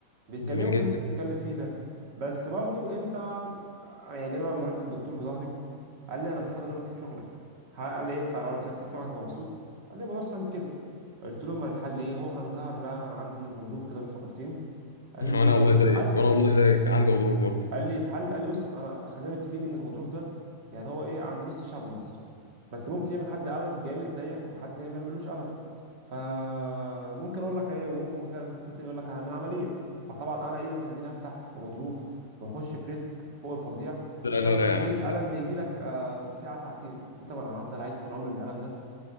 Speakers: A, on the right; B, on the left.
A: بيتكلموا
B: جميل جدا
A: في اللي انت بتتكلم فيه ده بس برضو انت يعني انا لما رحت للدكتور بظهري قال لي انا مش هقدر اقول لك سيب شغلك ها- قال لي ايه فانا قلت لك سيب شغلك تبقى مبسوط قال لي ما اقدرش اعمل كده قلت له ما الحل ايه هو كان ظهر لا عندي غضروف كده بين فقرتين قال
B: <laughs>
A: لي
B: وانا والله زيك
A: الحل
B: وانا والله زيك عندي غضروف برضه
A: قال لي الحل قال لي بص انا خلينا متفقين ان الغضروف ده يعني هو ايه عند نص الشعب المصري بس ممكن يعمل حد قلم جامد زيك وحد تاني ما يعملوش قلم فممكن اقول لك ايه وممكن تلاقي دكتور تاني يقول لك هعمل عمليه فطبعا انا ايه اللي يخليني افتح في غضروف واخش في ريسك فوق الفظيع
B: لا
A: بسبب
B: لا لا
A: ان
B: يا عم
A: ايه
B: لا
A: قلم بيجي لك آه، ساعه ساعتين قلت له طبعا انا هفضل عايش طول عمري بالقلم ده